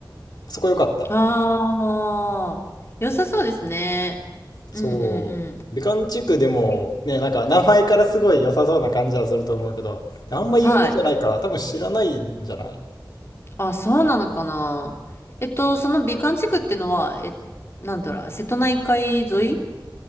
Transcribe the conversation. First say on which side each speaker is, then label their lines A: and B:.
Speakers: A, on the left; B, on the left.
A: あそこ良かった。
B: ああ、良さそうですね。うんうん
A: そう。美観地区でもね、
B: うん。
A: なんか名前からすごい良さそうな感じはすると思うけど、あんま有名じゃないから多分知らないんじゃない
B: はい。あ、そうなのかな。えっと、その美観地区ってのは、え、なんだろう、瀬戸内海沿い